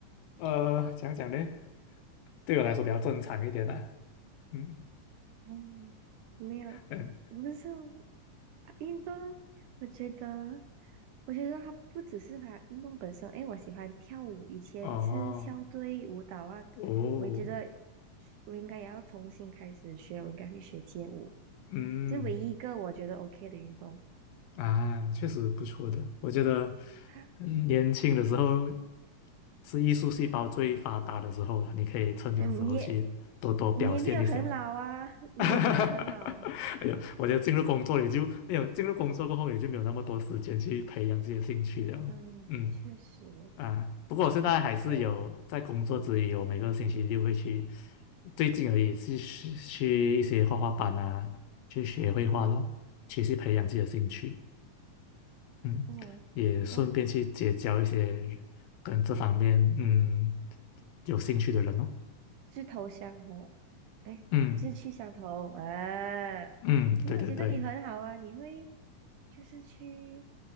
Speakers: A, on the left; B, on the right.
A: 呃，讲讲呢，对我来说比较正常一点啦。嗯
B: 嗯，没有，
A: 嗯，
B: 不是运动，我觉得，我觉得它不只是它运动本身，诶，我喜欢跳舞，以前是校队舞蹈啊，
A: 哦哦，
B: 我也觉得我应该也要重新开始学，我应该会学街舞，
A: 嗯
B: 这唯一一个我觉得 OK 的运动。
A: 啊，确实不错的。我觉得
B: <laughs>
A: 嗯年轻的时候是艺术细胞最发达的时候了，你可以趁这个时候去多多表现一下。
B: 嗯，你也你也没有很老啊，你也没有很老，
A: <laughs> 哈哈哈！哎呦，我觉得进入工作也就没有进入工作过后也就没有那么多时间去培养自己的兴趣了。
B: 嗯，
A: 嗯
B: 确实，
A: 啊，不过我现在还是有在工作之余，
B: 我还有，
A: 我每个星期六会去，最近而已去去去一些画画班啊，去学绘画咯，
B: 嗯，
A: 其实培养自己的兴趣。嗯，
B: 哦，
A: 也顺便去结交一些跟这方面嗯
B: 我志
A: 有兴趣的人哦。
B: 志头相头，哎，
A: 嗯
B: 志趣相投啊！
A: 嗯，
B: 你有觉得你很好啊？
A: 对对对，
B: 你会就是去